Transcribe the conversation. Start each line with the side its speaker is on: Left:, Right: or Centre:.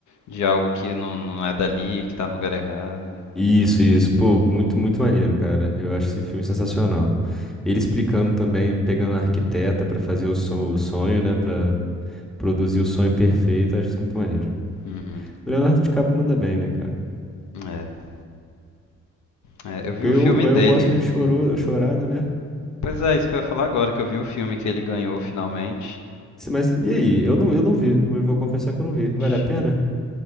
Left: de algo que não, não é dali, que tá no lugar errado.
Centre: Isso, isso. Pô, muito, muito maneiro, cara. Eu acho esse filme sensacional. Ele explicando também, pegando a arquiteta pra fazer o, son- o sonho, né? Pra produzir o sonho perfeito. Eu Acho isso muito maneiro.
Left: Uhum.
Centre: O Leonardo DiCaprio manda bem, né, cara?
Left: É. É, eu vi
Centre: Ganhou,
Left: o filme
Centre: ganhou
Left: dele
Centre: um Oscar
Left: que.
Centre: chorou, chorado, né?
Left: Pois é, isso que eu ia falar agora, que eu vi o filme que ele ganhou finalmente.
Centre: Se- Mas e aí? Eu não, eu não vi. Eu vou confessar que eu não vi. Vale
Left: Ch-
Centre: a pena?